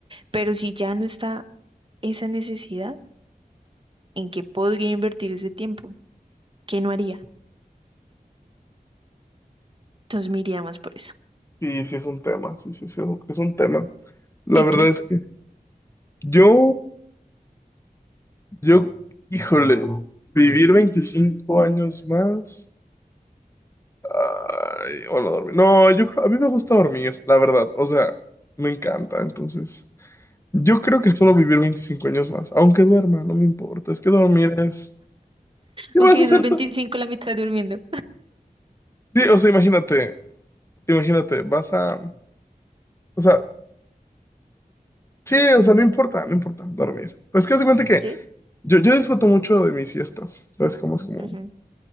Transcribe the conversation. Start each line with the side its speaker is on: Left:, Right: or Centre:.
Right: pero si ya no está esa necesidad, ¿en qué podría invertir ese tiempo? ¿Qué no haría? Entonces me iría más por eso.
Left: Sí, sí es un tema, sí, sí, sí, es un tema. La
Right: ¿Y
Left: verdad
Right: tú?
Left: es que yo, yo, híjole, vivir 25 años más, ay, o no dormir. No, yo creo- a mí me gusta dormir, la verdad, o sea, me encanta, entonces. Yo creo que solo vivir 25 años más, aunque duerma, no me importa, es que dormir es... ¿Qué
Right: Aunque
Left: vas a hacer
Right: esos 25
Left: tú?
Right: la mitad durmiendo.
Left: Sí, o sea, imagínate. imagínate, vas a, o sea, sí, o sea, no importa, no importa dormir. Pues que haz de cuenta que
Right: <laughs>
Left: yo, yo disfruto mucho de mis siestas, ¿sabes? cómo es como,
Right: Ujú,